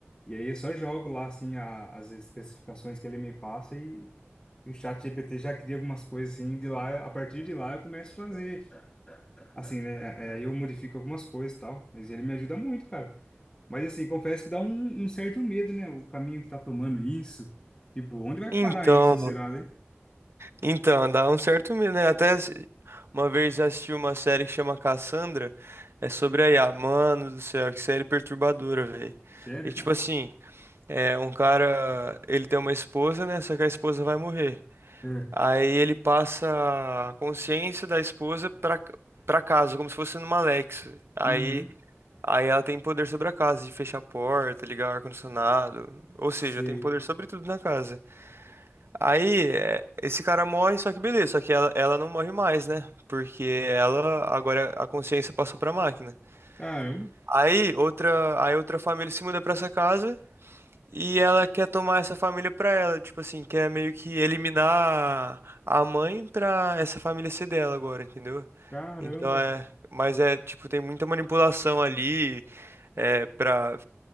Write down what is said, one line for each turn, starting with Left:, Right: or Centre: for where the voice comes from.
Left: E aí eu só jogo lá, assim, a- as especificações que ele me passa e o chat GPT já cria algumas coisas, assim, e de lá, a partir de lá eu começo a fazer, assim, né? É, é, Aí eu modifico algumas coisas e tal. Mas ele me ajuda muito, cara. Mas assim, confesso que dá um, um certo medo, né? O caminho que tá tomando isso. Tipo, onde vai
Right: Então,
Left: parar isso, será, né?
Right: então, dá um certo medo, né? Até se- uma vez eu assisti uma série que chama Cassandra, é sobre a IA. Mano do céu, que série perturbadora, velho.
Left: Sério,
Right: E tipo
Left: cara?
Right: assim, é um cara, ele tem uma esposa, né? Só que a esposa vai morrer.
Left: É.
Right: Aí ele passa a consciência da esposa pra, c- pra casa, como se fosse numa Alexa. Aí,
Left: Uhum.
Right: aí ela tem poder sobre a casa, de fechar a porta, ligar o ar-condicionado. Ou seja,
Left: Sei.
Right: tem poder sobre tudo na casa. Aí, é, esse cara morre, só que beleza, só que ela, ela não morre mais, né? Porque ela, agora a consciência passou pra máquina.
Left: Caramba,
Right: Aí outra, aí outra família se muda pra essa casa e ela quer tomar essa família pra ela, tipo assim, quer meio que eliminar a mãe pra essa família ser dela agora, entendeu?
Left: caramba.
Right: Então é, mas é, tipo, tem muita manipulação ali, é, para